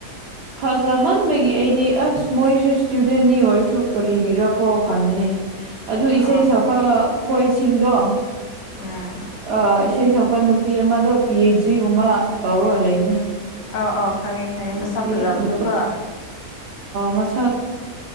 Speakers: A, on the right; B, on the left.
A: ꯐꯖꯃꯟꯕꯒꯤ ꯑꯩꯗꯤ ꯑꯁ ꯃꯣꯏꯁꯦ ꯏꯁꯇꯨꯗꯦꯟꯅꯤ ꯑꯣꯏꯔꯁꯨ ꯀꯔꯤꯒꯤꯔꯀꯣ ꯈꯟꯕꯅꯦ ꯑꯗꯨ ꯏꯁꯩ
B: ꯑ
A: ꯁꯛꯄ ꯈꯣꯏꯁꯤꯡꯗꯣ
B: ꯎꯝ
A: ꯑ ꯏꯁꯩ ꯁꯛꯄ ꯅꯨꯄꯤ ꯑꯃꯗꯣ ꯄꯤ ꯑꯩꯆ ꯗꯤ ꯒꯨꯝꯕ ꯇꯧꯔꯒ ꯂꯩꯕꯅꯦ
B: ꯑꯧ ꯑꯧ ꯈꯪꯉꯦ ꯈꯪꯉꯦ
A: ꯅꯨꯄꯤ
B: ꯃꯁꯛ ꯐꯖꯕꯗꯨꯀꯣ
A: ꯅꯨꯄꯤ ꯃꯁꯛ